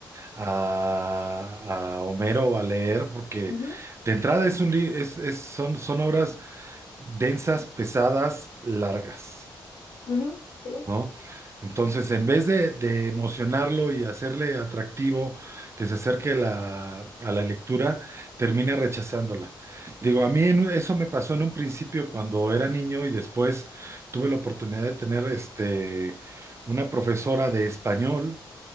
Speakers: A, on the right (about 35°); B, on the left (about 65°).
A: a, a Homero a leer porque
B: Ujú,
A: de entrada es un li- es, es- son, son obras densas, pesadas, largas.
B: ujú, sí,
A: ¿no? Entonces, en vez de, de emocionarlo y hacerle atractivo que se acerque a la, a la lectura, termina rechazándola. Digo, a mí en un- eso me pasó en un principio cuando era niño y después tuve la oportunidad de tener este, una profesora de español